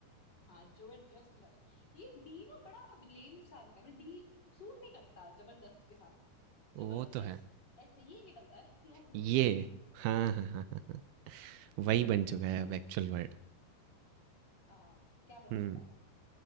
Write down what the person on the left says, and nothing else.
हाँ जबरदस्त हो जाता है ये डी ना बड़ा लेम सा लगता है मतलब डी सूट नहीं करता जबरदस्त के साथ जबरदस्त
ऐसे ये निकलता है ना फ्लो फ्लो
में
हाँ क्या बन
चुका है